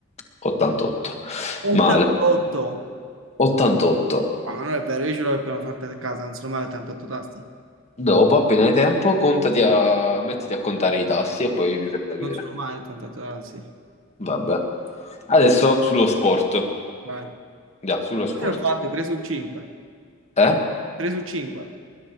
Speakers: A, on the left (about 35°); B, on the right (about 65°).
A: 88.
B: 88.
A: Male. 88.
B: Ah, ma non è vero, io ce l'ho il pianoforte a casa, non sono mai 88 tasti.
A: Dopo, appena hai tempo, contati a... mettiti a contare i tassi e poi mi fai sapere.
B: Non sono mai tanto totale, sì.
A: Vabbè. Adesso sullo sport.
B: Vai.
A: Già, sullo sport.
B: Cosa ho fatto? 3 su 5.
A: Eh?
B: 3 su 5.